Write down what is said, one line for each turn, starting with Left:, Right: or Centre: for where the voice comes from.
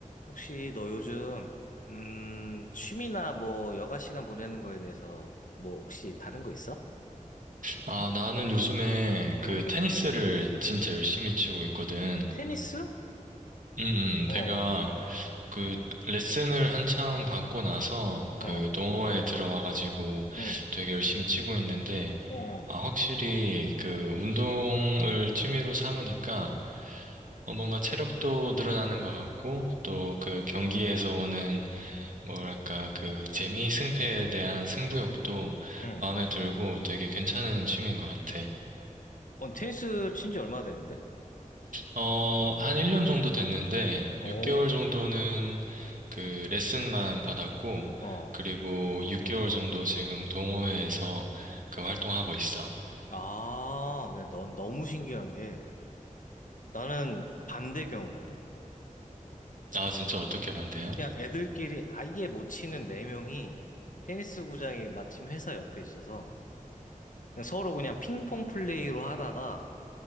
Left: 혹시 너 요즘 음, 취미나 뭐 여가 시간 보내는 거에 대해서 뭐 혹시 다른 거 있어?
Right: 아, 나는 요즘에 그
Left: 응.
Right: 테니스를 진짜 열심히 치고 있거든.
Left: 테니스?
Right: 음,
Left: 어.
Right: 음, 내가 그 레슨을 한창 받고 나서 그
Left: 어.
Right: 동호회에 들어와가지고
Left: 응.
Right: 되게 열심히 치고 있는데,
Left: 어. 어.
Right: 아, 확실히 그 운동을 취미로 삼으니까 어, 뭔가 체력도 늘어나는 것 같고, 또 그 경기에서 오는 뭐랄까 그 재미, 승패에 대한 승부욕도
Left: 응.
Right: 마음에 들고 되게 괜찮은 취미인 것 같아.
Left: 어, 테니스 친지 얼마 됐는데?
Right: 어, 한 1년 정도 됐는데,
Left: 어.
Right: 6개월 정도는 그 레슨만 받았고,
Left: 어.
Right: 그리고 6개월 정도 지금 동호회에서 그 활동하고 있어.
Left: 아, 근데 넌 너무 신기한 게 나는 반대 경우거든.
Right: 아, 진짜 어떻게 반대요?
Left: 그냥 애들끼리 아예 못 치는 네 명이 테니스 구장이 마침 회사 옆에 있어서 그냥 서로 그냥 핑퐁 플레이로 하다가